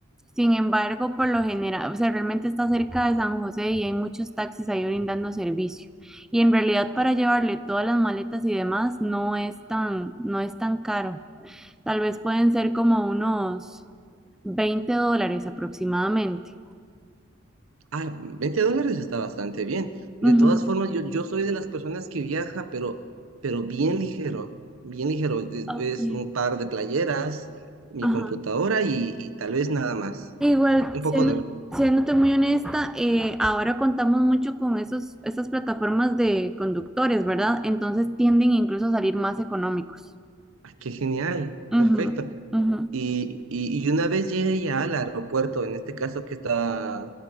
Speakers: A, in the centre; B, on the right.
A: Sin embargo, por lo general, o sea, realmente está cerca de San José y hay muchos taxis ahí brindando servicio. Y en realidad para llevarle todas las maletas y demás no es tan, no es tan caro. Tal vez pueden ser como unos 20 dólares aproximadamente.
B: Ah, 20 dólares está bastante bien. De
A: Ujú,
B: todas formas, yo, yo soy de las personas que viaja, pero, pero bien ligero, bien ligero. Es,
A: Ok,
B: es un par de playeras, mi
A: ajá.
B: computadora y, y tal vez nada más.
A: Igual,
B: Un poco
A: siendo,
B: de...
A: siéndote muy honesta, eh, ahora contamos mucho con esos, esas plataformas de conductores, ¿verdad? Entonces tienden incluso a salir más económicos.
B: Ah, Qué genial, perfecto.
A: Ujú, ujú.
B: Y, y, y una vez llegue ya al aeropuerto, en este caso que está,